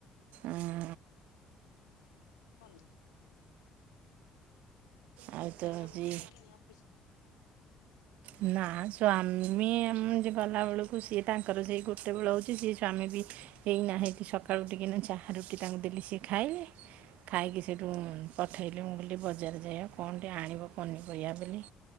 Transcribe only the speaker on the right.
ଉଁ।
ଆଉ ତ
ହଉଛି
ନା ସ୍ୱାମୀ ଯେ ଗଲା ବେଳକୁ ସିଏ ତାଙ୍କର ସେଇ ଗୋଟେ ବେଳ ହଉଚି ସିଏ ସ୍ୱାମୀ ବି ଏଇନା ହେଇଟି ସକାଳୁ ଟିକେ ନାକୁ ଚାହା ରୁଟି ତାଙ୍କୁ ଦେଲି ସେ ଖାଇଲେ। ଖାଇକି ସେଇଠୁ ପଠେଇଲି ମୁଁ କଇଲି ବଜାର ଯାଇ କଣ ଟିକେ ଆଣିବ ପନିପରିବା ବୋଲି।